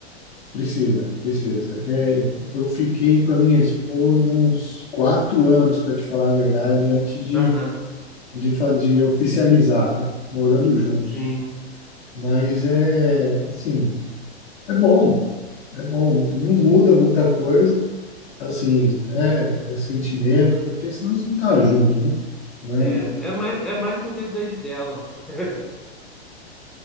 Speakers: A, on the left (about 65°); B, in the centre.
A: Precisa, precisa. É, eu fiquei com a minha esposa uns quatro anos, para te falar a verdade, antes de,
B: aham,
A: de fazer, oficializar, né? Morando juntos.
B: sim.
A: Mas é, assim, é bom, é bom. Não muda muita coisa, assim, é, é sentimento, porque senão você não tá junto, né? Mas
B: É, é mais, é mais um desejo dela. <laughs>